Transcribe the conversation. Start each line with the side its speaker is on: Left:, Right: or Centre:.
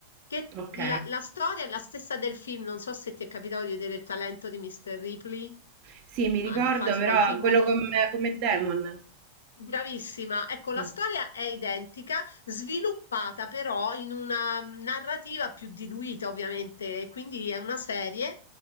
Left: Che
Right: ok.
Left: la la storia è la stessa del film, non so se ti è capitato di vedere Il talento di Mr. Ripley,
Right: Sì, mi ricordo
Left: anni fa, insomma
Right: però
Left: è un film
Right: quello
Left: molto
Right: con, con Matt Damon.
Left: Bravissima. Ecco, la
Right: Sì.
Left: storia è identica, sviluppata però in una narrativa più diluita, ovviamente. e Quindi è una serie,